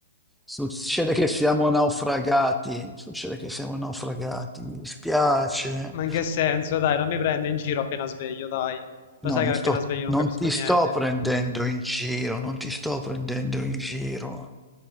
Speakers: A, in the centre; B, on the left.
A: Succede che siamo naufragati, succede che siamo naufragati, mi dispiace.
B: ma in che senso? Dai, non mi prende in giro appena sveglio, dai. Lo
A: No,
B: sai
A: non
B: che appena
A: sto,
B: sveglio
A: non
B: non capisco
A: ti
B: niente.
A: sto prendendo in giro, non ti sto prendendo in giro.